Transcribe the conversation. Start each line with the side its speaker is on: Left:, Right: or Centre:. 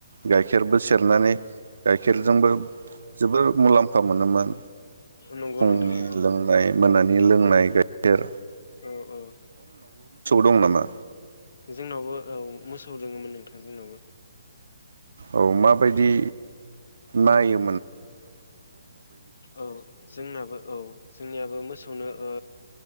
Right: गाइखेरबो सेरनानै गाइखेरजोंबो जोबोर मुलाम म्फा मोनोमोन
Left: नंगौ
Right: फुंनि
Left: नोंथां नंगौ
Right: लोंनाय मोनानि लोंनाय गाय खेर
Left: ओ ओ
Right: दं नामा
Left: जोंनावबो औ मोसौ दंङोमोन नों थां जोंनावबो
Right: औ माबायदि नायो
Left: औ जोंनाबो औ जोंनियाबो ओ मोसौनो ओ